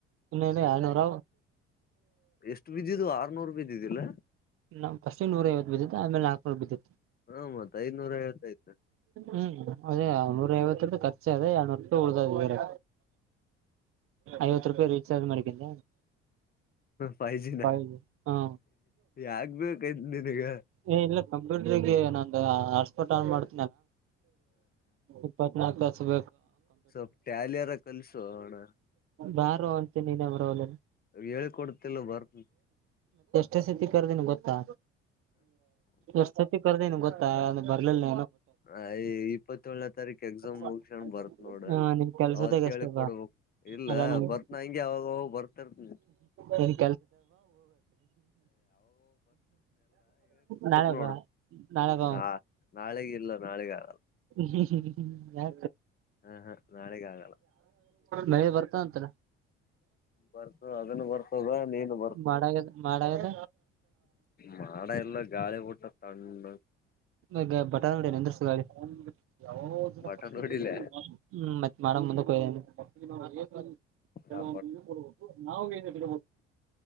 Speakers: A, on the right; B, on the left.
A: ಇನ್ನೇನು ಎರಡ್ನೂರ
B: ಎಷ್ಟು ಬಿದ್ದಿದ ಆರ್ನೂರು ರೂಪಿ ಇದ್ದಿದ್ದಿಲ್ಲ
A: ನಾ್ಫಸ್ಟ್ ನೂರೈವತ್ತು ಬಿದ್ದು ಆೇಲೆ ಕೊಬ
B: ಹ ಮತ್ ಐದ್ನೂರ ಐವತ್ತಯ್ತು
A: ಹ್ಮ್ ಅದೇ ನೂರ ಐವತ್ತು ಕಚ್ಚ ಅದೆ ಯನೂರು ರೂ ಉಳು ಅ ಬೇರೆ ಐವತ್ತು ರೂಪಾಯಿ ರೀಚಾರ್ಜ್ ಮಾಡಕಿಂದ
B: ಫೈವ್ ಜಿನ
A: ಹ
B: ಯಾಕ್ ಬೇಕೈತ್ ನಿನಗ
A: ಏ ಇಲ್ಲ ಕಂಪ್ಯೂಟ್ರಗೆ ನಾನ ಪೋಟ ಮಾಡ್ ಇಪ್ಪತ್ನಾು ಸ
B: ಸ್ವಲ್ ಟ್ಯಾಲಿಯಾರ ಕಲ್ಸುಣ್ಣ
A: ಬಾರೋ ಅಂತ ನೀನೇ ಬರೋಲ್ಲ
B: ಹೇಳ್ಕೊಡ್ತಿಲ್ಲ ಬರ್ತಿ
A: ಪೆಸಿಕ್ ಕರ್ದಿನ ಗೊತ್ತಾ ಎ ಸತಿ ಕರ್ದೇನ್ಗೆ ಗೊತ್ತ ಬರ್ಲಿಲ್ಲ
B: ಹ ಇಪ್ಪತ್ತಏೇಳನೇ ತಾರೀಕ ಎಕ್ಸಾಮ್
A: ಬಟ್
B: ಮುಗಸಣ್ ಬರ್ತ್ ನೋಡ್ರ
A: ಹಾ ನಿನ್ ಕೆಲ್ಸದಾಗ
B: ಅವತ್ೇಳಿ
A: ಅಷ್ಟೇ ಬಾ
B: ಕೊಡ್ಬೇಕ ಇಲ್ಲ
A: ಅಲ್ಲ ನಿಮ್
B: ಬರ್ತ್ನ ಹಂಗೆ ಅವಾಗ ಬರ್ತರ್ತ
A: ನಿನ್ ನಾಳಗ
B: ನೋಡ
A: ನಾಳಕ
B: ನಾ ನಾಳೆಗ ಇಲ್ಲ ನಾಳೆಗ ಆಗಲ್ಲ
A: ಹ್ಮ ಯಾ
B: ಹ ಹ ನಾಳೆಗ ಆಗಲ್ಲ
A: ಮಳೆ ಬರ್ತಂತಲ್ಲ
B: ಬರ್ತ ಅದನ್ನು ಬರ್ತದ ನೀನು ಬರ್ತ
A: ಮಾಡದ ಮಾಡ್ಯದ
B: ಮಾಡ ಎಲ್ಲ ಗಾಳಿ ಊಟ್ಟ ತಂಡ
A: ಮ ಬಟಡಂದ್ರ ಮತ್ತಮ್
B: ಬಟನ್ ನೋಡಿಲ್ಲ
A: ಮುಂದ ಹ
B: ಆ